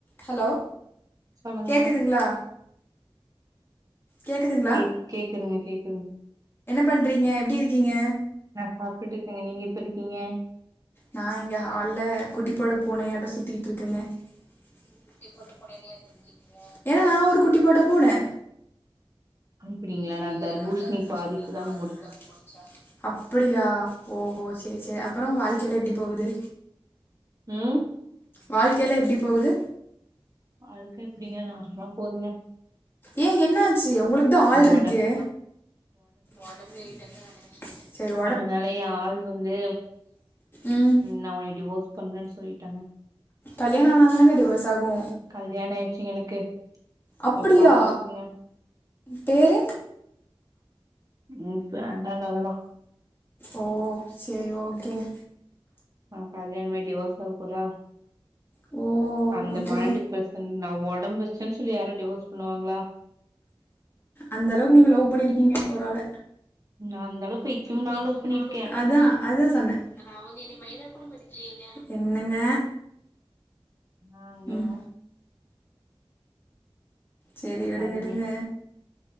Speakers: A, on the left; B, on the right.
A: Hello
B: சொல்லுங்க
A: கேக்குதுங்ளா கேக்குதுங்ளா
B: கேக் கேக்குதுங்க கேக்குதுங்
A: பண்றீங்க எப்டி இருக்கீங்க
B: நா சாப்ட்டு இருக்கேங்க நீங்க எப்டி இருக்கீங்க
A: நா இங்க ஹால்ல குட்டி போட்ட பூனையாட்டோ சுத்திட்டு இருக்கேங்க குட்டி போட்ட பூனைய ஏன் சுத்திட்டு இருக்கீங்க ஏன்னா நா ஒரு குட்டி போட்ட பூன
B: அனுப்புறீங்களா
A: இல்ல
B: தர்பூஷ்ணி
A: நா தர்பூசணி
B: பாதிப்பு தாங்க
A: பாதி இப்பதாங்க முடிச்சே அப்படியா ஓஹோ சே சேர் சேரி அப்பறோ வாழ்க்கை எல்லா எப்டி போகுது
B: உம்
A: வாழ்க்கை எல்லா எப்டி போகுது
B: வாழ்க்க இப்படிங்க நாசமா போதுங்க
A: ஏன் என்ன ஆச்சு உங்களுக்கு தா ஆள் இருக்கே
B: ஒட
A: ஒடம்பு ஏறிட்டங்க நானு சேரி
B: அதனால என் ஆள் வந்து
A: ம்
B: நா உன்னய டிவோர்ஸ் பண்றேனு சொல்லிட்டாங்க
A: கல்யாணம் ஆனா தானங்க டிவோர்ஸ் ஆகு
B: கல்யாணம் ஆயிச்சிங்க எனக்கு
A: அப்படியா
B: ஒரு கொழந்த இருக்குங்க
A: பேரு
B: உம் வேண்டாங்க அதெல்லா
A: ஓ சேரி ஓக்கேங்க
B: ஆ கல்யாணம் ஆகி டிவோர்ஸ் ஆக போதா
A: ஓ
B: அந்த
A: ஓகே
B: மாறி டிப்ரஷன் நா ஒடம்பு வச்சேன்னு சொல்லி யாராவது டிவோர்ஸ் பண்ணுவாங்ளா
A: அந்த அளவுக்கு நீங்க லவ் பண்ணியிருக்கீங்க ஒரு ஆள
B: நா அளவு பைத்தியமா
A: அந்த அளவுக்கு
B: நா
A: இத்துன்
B: லவ் பண்ணிருக்கே
A: நாளுக்கு அத்தா அத்தா சொன்னே ஆனா அவங்க என்ன மயிரா கூட மதிக்கலையேங்க என்னங்க
B: ஆகேங்க
A: ம் சேரி விடுங்க
B: சரிங்க
A: விடுங்க